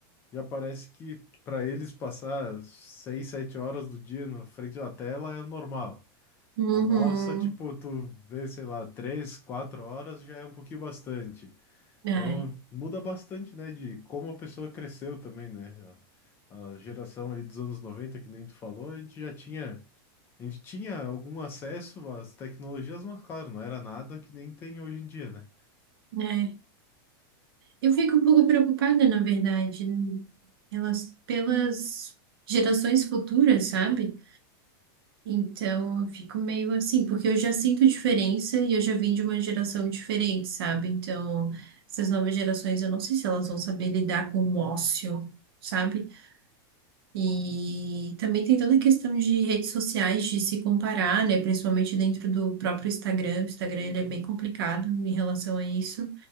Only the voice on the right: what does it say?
Uhum.
Ai,
né? Eu fico um pouco preocupada, na verdade, em relação- pelas gerações futuras, sabe? Então, eu fico meio assim, porque eu já sinto diferença e eu já vim de uma geração diferente, sabe? Então, essas novas gerações, eu não sei se elas vão saber lidar com o ócio, sabe? E também tem toda a questão de redes sociais, de se comparar, né? Principalmente dentro do próprio Instagram. O Instagram, ele é bem complicado em relação a isso.